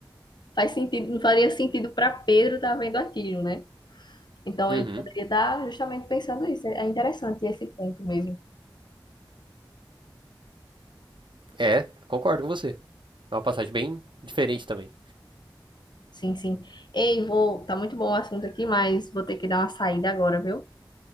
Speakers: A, on the left (about 60°); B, on the right (about 70°).
A: faz sentido, não faria sentido pra Pedro estar vendo aquilo, né? Então
B: Uhum.
A: ele poderia estar justamente pensando isso. É interessante esse ponto mesmo.
B: É, concordo com você. É uma passagem bem diferente também.
A: Sim, sim. Ei, vou. Tá muito bom o assunto aqui, mas vou ter que dar uma saída agora, viu?